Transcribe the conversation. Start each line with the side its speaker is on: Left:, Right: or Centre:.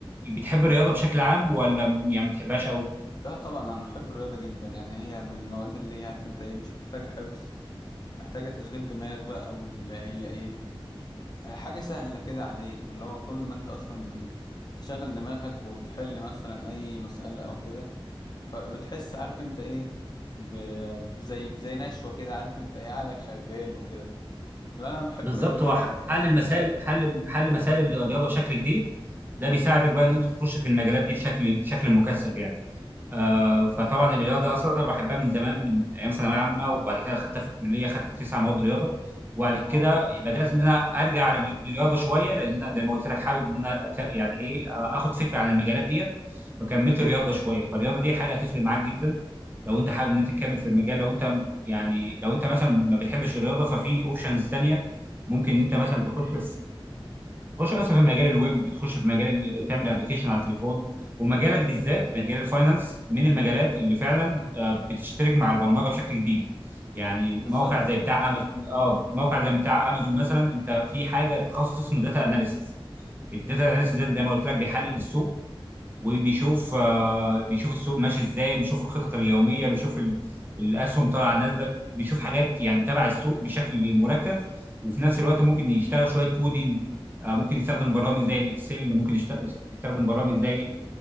Right: بتحب الرياضه بشكل عام ولا م- يعني ما بتحبهاش قوي
Left: لا طبعا انا بحب الرياضه جدا يعني هي من المواد اللي هي عارف انت ايه مش محتاجه حفظ محتاجه تشغيل دماغ بقى واللي هي ايه حاجه سهله كده عليك واللي هو كل ما انت اصلا بتشغل دماغك وتحل مثلا اي مساله او كده فبتحس عارف انت ايه ب- بزي بزي نشوه كده عارف انت ايه عقلك شغال وكده لا لا، انا بحب
Right: بالظبط
Left: الرياضه جدا
Right: هو ح-
Left: صراحه
Right: حل المسائل حل حل مسائل الرياضه بشكل كبير ده بيساعدك بقى ان انت تخش في المجالات دي بشكل بشكل مكثف يعني آه، فطبعا الرياضه اصلا انا بحبها من زمان من ايام ثانويه عامه وبعد كده خدتها في الكليه خدت تسع مواد رياضه وبعد كده
Left: اه
Right: بدات ان انا ارجع لل- للرياضه شويه لان انا زي ما قلت لك حابب ان انا أك- يعني ايه آه، اخد فكره عن المجالات ديت فكملت الرياضه شويه فالرياضه دي حاجه هتفرق معاك جدا لو انت حابب ان انت تكمل في المجال لو انت يعني لو انت مثلا ما بتحبش الرياضه ففي اوبشنز تانيه ممكن ان انت مثلا تخش في تخش مثلا في مجال الويب تخش في مجال ال- تعمل ابلكيشن على التليفون ومجالك بالذات مجال الفاينانس من المجالات اللي فعلا آه، بتشترك مع البرمجه بشكل كبير يعني
Left: بالظبط
Right: موقع زي بتاع امازون اه موقع زي بتاع امازون مثلا انت في حاجه تخصص اسمه داتا اناليسز الداتا اناليسز ده زي ما قلت لك بيحلل السوق وبيشوف آه، بيشوف السوق ماشي ازاي بيشوف الخطط اليوميه بيشوف ال- الاسهم طالعه نازله بيشوف حاجات يعني تبع السوق بشكل مركز وفي نفس الوقت ممكن يشتغل شويه كودينج آه، ممكن يستخدم برامج زي الاكسل ممكن يشت- يستخدم برامج زي